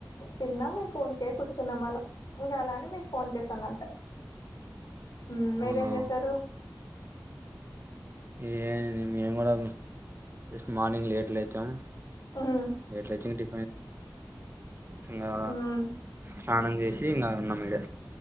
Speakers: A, on the left; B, on the right.
A: తిన్నాం మేము కొన్కే కూర్చున్నాం అళ్ళ ఇంకా అలా అని మీకు ఫోన్ చేసాను అంతే ఉమ్ మీరేం
B: అవునా
A: చేసారు
B: ఏ మేము కూడా జస్ట్ మార్నింగ్ లేట్ లేచాం
A: మ్మ్
B: లేల్టేచి ఇంటి ఇంకా
A: మ్మ్
B: స్నానం చేసి ఇంకా ఉన్నాం మీడే